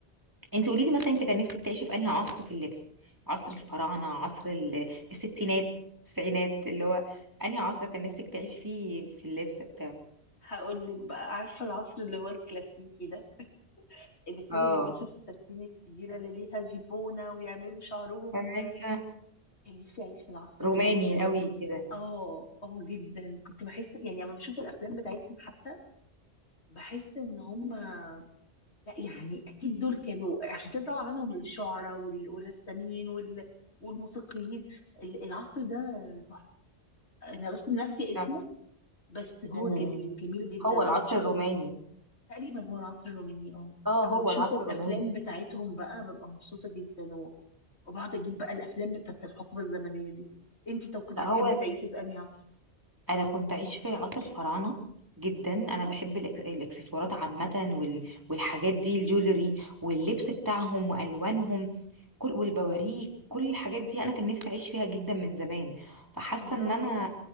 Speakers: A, on the right; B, on the left.
A: انت قولي لي مثلا انت كان نفسك تعيشي في انهي عصر في اللبس عصر الفراعنه عصر ال- الستينات التسعينات اللي هو انهي عصر كان نفسك تعيشي فيه في اللبس بتاعه
B: هقول لك بقى عارفه العصر اللي هو الكلاسيكي ده اللي كانوا
A: اه
B: بيلبسوا الفساتين الكبيره اللي ليها جيبونه ويعملوا شعرهم
A: ايوه
B: كان نفسي اعيش في العصر
A: روماني
B: ده جدا
A: قوي كده
B: اه اه جدا كنت بحس يعني اما بشوف الافلام بتاعتهم حتى بحس ان هم لا يعني اكيد دول كانوا عشان كده طلع منهم الشعراء وال- والرسامين وال... والموسيقيين ال- العصر ده تحفه انا بس ناسيه اسمه
A: صح
B: بس هو
A: أمم.
B: جميل جميل جدا
A: هو
B: لما
A: العصر
B: بشوف
A: الروماني
B: تقريبا هو العصر الروماني اه
A: اه
B: اما
A: هو
B: بشوف
A: العصر
B: الافلام
A: الروماني
B: بتاعتهم بقى ببقى مبسوطه جدا و... وبقعد اجيب بقى الافلام بتاعت الحقبه الزمنيه دي انتي طب كنت
A: لا
B: تحبي
A: هو
B: تعيشي في انهي عصر
A: انا كنت عايش في عصر الفراعنه جدا انا بحب الإكس- الاكسسوارات عامه وال... والحاجات دي الجولري واللبس بتاعهم والوانهم كل والبواريك كل الحاجات دي انا كان نفسي اعيش فيها جدا من زمان فحاسه
B: الله
A: ان انا